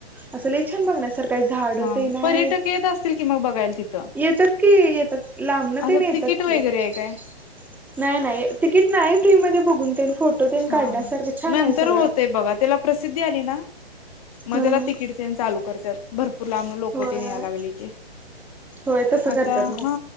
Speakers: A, in the centre; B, on the left (about 35°).
A: असं लय छान बघण्यासारखं झाड
B: हा
A: ते नायत
B: पर्यटक येत असतील कि मग बघायला तिथं
A: येतात की येतात लांबणने
B: असं
A: कि येतात
B: तिकीट
A: की
B: वगैरे
A: नाही
B: आहे काय
A: नाही नाही तिकीट नाही फ्रीमध्ये बघून <unintelligible> फोटो बिन
B: हा
A: काढण्यासारखं
B: हा
A: छान
B: नंतर
A: आहे सगळं
B: होते बघा त्याला प्रसिद्धी आली ना मग
A: हम्म
B: त्याला तिकीट त्यानं चालू करत्यात भरपूर लांब लोक
A: होय
B: ते यायला लागली की
A: होय तसं
B: आता
A: करतात मग
B: हा